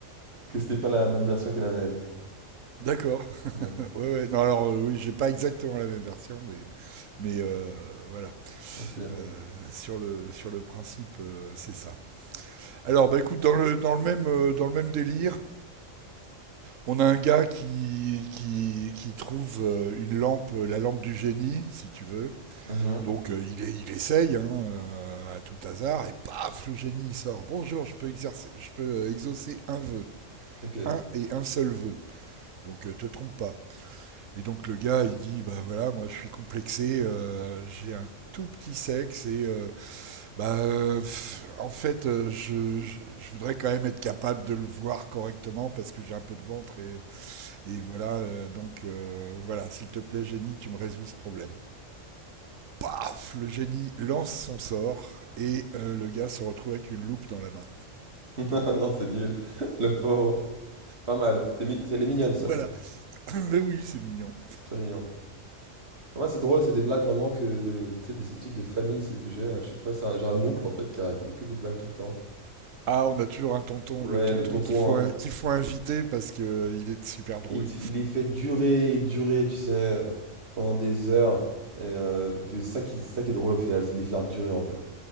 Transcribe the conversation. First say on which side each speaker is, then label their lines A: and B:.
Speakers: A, on the right; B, on the right.
A: que c'était pas la même version qu'elle avait elle.
B: D'accord. <laughs>
A: Ouais.
B: Ouais, ouais. Non, alors, euh, oui, j'ai pas exactement la même version, mais, mais euh, voilà.
A: Ok.
B: Euh, sur le, sur le principe, euh, c'est ça. Alors, bah écoute, dans le, dans le même, euh, dans le même délire, on a un gars qui, qui, qui trouve euh, une lampe, euh, la lampe du génie, si tu veux.
A: Mhm.
B: Donc euh, il, est, il essaye hein, euh, à tout hasard et paf, le génie il sort. Bonjour, je peux, exercer, je peux euh, exaucer un vœu,
A: Ok.
B: un et un seul vœu. Donc euh, te trompe pas. Et donc le gars il dit bah voilà moi je suis complexé, euh, j'ai un tout petit sexe et euh, bah euh, pff, en fait euh, je, je, je voudrais quand même être capable de le voir correctement parce que j'ai un peu de ventre et, et voilà euh, donc euh, voilà s'il te plaît génie tu me résous ce problème. paf, le génie lance son sort et euh, le gars se retrouve avec une loupe dans la main.
A: <laughs> Non, c'est nul. <laughs> Le pauvre. Pas mal. C'est mi- Elle est mignonne, celle-là.
B: Voilà. <coughs> <laughs> Mais oui, c'est mignon.
A: C'est très mignon. Moi, c'est drôle, c'est des blagues vraiment que de. Tu sais, des des trucs de famille, celles que j'ai. À chaque fois, c'est un- j'ai un oncle en fait qui raconte que des blagues tout le temps.
B: Ah, on a toujours un tonton,
A: Ouais,
B: le tonton
A: le tonton,
B: qu'il faut,
A: hein.
B: qu'il faut inviter parce que euh, il est super drôle.
A: Il, il les fait durer et durer, tu sais, euh, pendant des heures. Et, euh, c'est ça qui, c'est ça qui est drôle au final, c'est de les faire durer en fait.